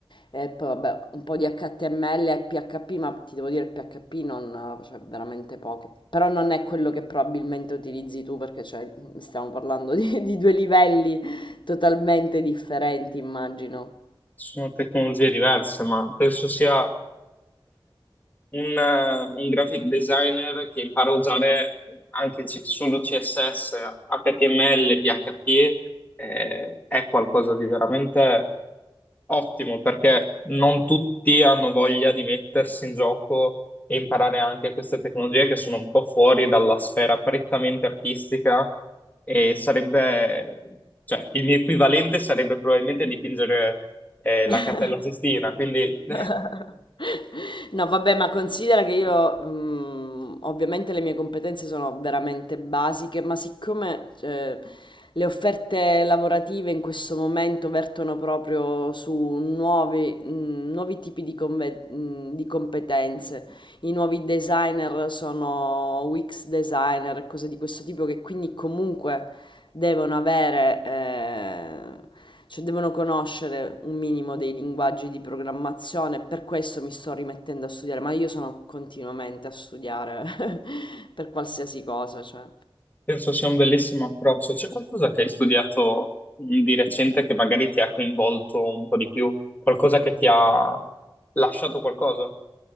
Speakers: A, on the left; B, on the left.
A: E poi vabbè, un po' di HTML e PHP, ma ti devo dire il PHP non, cioè, veramente poco. Però non è quello che probabilmente utilizzi tu, perché cioè, stiamo parlando di, di due livelli totalmente differenti, immagino.
B: Sono tecnologie diverse, ma penso sia <laughs> un, eh, un graphic designer che impara a usare anche c- solo CSS, HTML, PHP, eh, è qualcosa di veramente Ottimo, perché non tutti hanno voglia di mettersi in gioco e imparare anche queste tecnologie che sono un po' fuori dalla sfera prettamente artistica e sarebbe, cioè, il mio equivalente sarebbe probabilmente dipingere eh, la
A: <laughs>
B: Cappella Sistina, quindi <laughs>
A: <laughs> No, vabbè, ma considera che io, mm, ovviamente le mie competenze sono veramente basiche, ma siccome, cioè, le offerte lavorative in questo momento vertono proprio su nuovi, mm, nuovi tipi di, conve- mm, di competenze, i nuovi designer sono UX designer, cose di questo tipo che quindi comunque Devono avere, ehm, cioè devono conoscere un minimo dei linguaggi di programmazione, per questo mi sto rimettendo a studiare, ma io sono continuamente a studiare <laughs> per qualsiasi cosa, cioè.
B: penso sia un bellissimo approccio. C'è qualcosa che hai studiato di recente che magari ti ha coinvolto un po' di più, qualcosa che ti ha lasciato qualcosa?